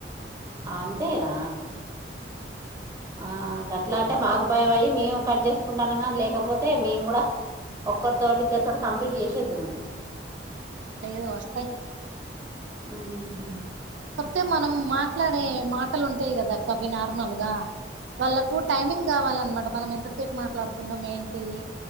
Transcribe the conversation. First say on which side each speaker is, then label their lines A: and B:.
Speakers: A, on the right; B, on the right.
A: అంతేనా ఆ అట్లా అంటే మాకు భయం అయ్యి మేము కట్ చేసుకుంటున్నాం కానీ లేకపోతే మేము కూడా ఒక్కరు తోటి ఇద్దరు తోటి కంప్లీట్ చేసి చేద్దుము
B: ఆ లేదు వస్తాయి
A: హ్మ్ హు
B: కాకపోతే మనం మాట్లాడే మాటలు ఉంటాయి కదాక్క అవి నార్మల్గా వాళ్ళకు టైమింగ్ కావాలన్నమాట మనం ఎంతసేపు మాట్లాడుతున్నాం ఏంటిది